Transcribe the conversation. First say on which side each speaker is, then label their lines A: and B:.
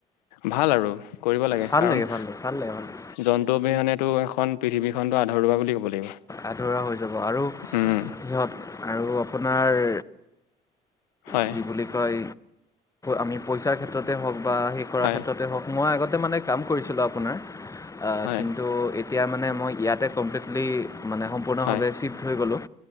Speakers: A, on the left; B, on the left.
A: ভাল আৰু। কৰিব লাগে
B: ভাল
A: কাৰণ
B: ভাল লাগে ভাল লাগে ভাল লাগে
A: জন্তু অবিহনেতো এখন পৃথিৱীখনতো আধৰুৱা বুলি ক'ব লাগিব।
B: আধৰুৱা হৈ যাব আৰু
A: উম,
B: সিহঁত আৰু আপোনাৰ
A: হয়,
B: কি বুলি কয়, আমি পইচাৰ ক্ষেত্ৰতে হওক বা সেই কৰাৰ
A: হয়,
B: ক্ষেত্ৰতে হওক মই আগতে মানে কাম কৰিছিলোঁ আপোনাৰ
A: হয়,
B: কিন্তু তেতিয়া মানে মই ইয়াতে কমপ্লিটলি মানে সম্পূৰ্ণভাৱে
A: হয়,
B: চিফ্ট হৈ গ'লোঁ।